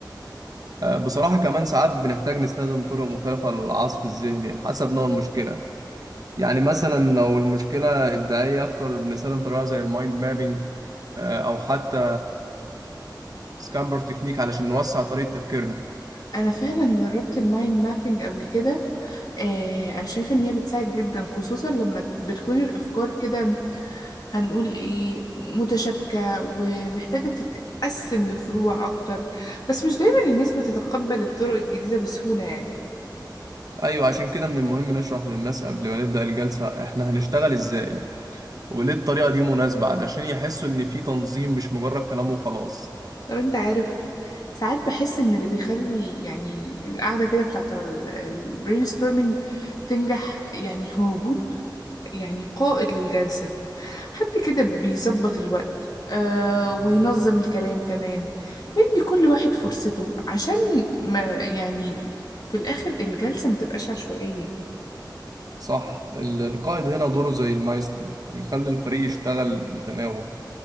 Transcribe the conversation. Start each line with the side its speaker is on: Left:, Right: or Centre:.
Right: آه، بصراحة كمان ساعات بنحتاج نستخدم طرق مختلفة للعصف الذهني حسب نوع المشكلة يعني مثلا لو المشكلة إبداعية أكتر بنستخدم طريقة زي المايند مابينج أو حتى سكامبر تكنيك علشان نوسع طريقة تفكيرنا
Left: انا فعلا جربت المايند مابينج قبل كده آه انا شايفه ان هي بتساعد جدا خصوصا لما بتكون الافكار كده هنقول ايه متشابكه ومحتاجه تتقسم لفروع اكتر بس مش دايما الناس بتتقبل الطرق الجديده بسهوله يعني
Right: ايوه عشان كده من المهم نشرح للناس قبل ما نبدأ الجلسة احنا هنشتغل ازاي وليه الطريقة دي مناسبة علشان يحسوا ان في تنظيم مش مجرد كلام وخلاص
Left: طب انت عارف ساعات بحس ان اللي بيخلي يعني القعده كده بتاعت البرين ستورمينج تنجح يعني هو وجود يعني قائد للجلسه حد كده بيظبط الوقت آه وينظم الكلام كمان ندي كل واحد فرصته عشان ما يعني في الآخر الجلسة ما تبقاش عشوائية
Right: صح ال- القائد هنا دوره زي المايسترو بيخلي الفريق يشتغل بتناغم